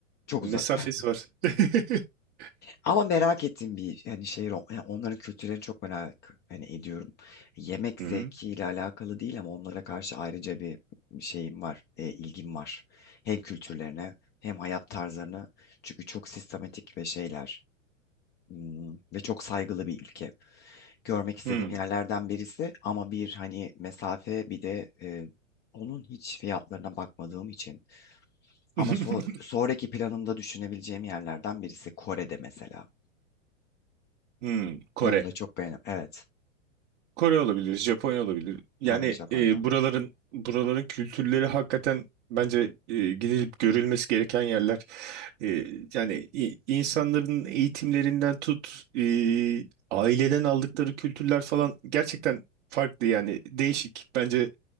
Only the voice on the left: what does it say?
çok
uzak.
Ama merak ettiğim bir hani şehir o- yani onların kültürlerini çok merak hani ediyorum. Yemek
zevkiyle
alakalı değil ama onlara karşı ayrıca bir şeyim var, e, ilgim var. Hem kültürlerine hem hayat tarzlarına. Çünkü çok sistematik ve şeyler hmm, ve çok saygılı bir ülke. Görmek istediğim
yerlerden birisi ama bir hani mesafe bir de e, onun hiç fiyatlarına bakmadığım için. Ama
so- sonraki planımda düşünebileceğim yerlerden birisi Kore'de mesela.
Onu da çok beğendim. Evet.
Aynen Japonya'da.